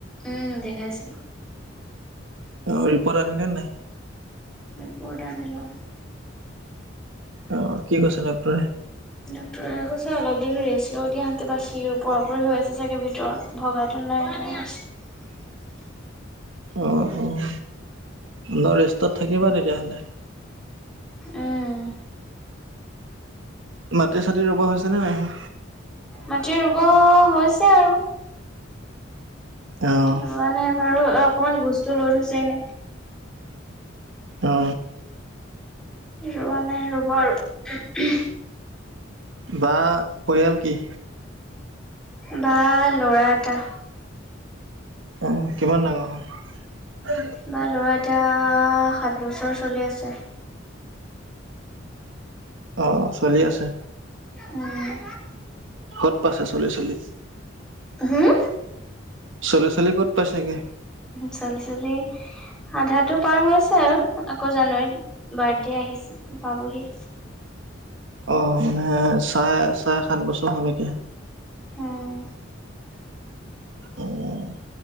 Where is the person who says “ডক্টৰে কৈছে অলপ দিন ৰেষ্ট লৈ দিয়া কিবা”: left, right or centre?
Centre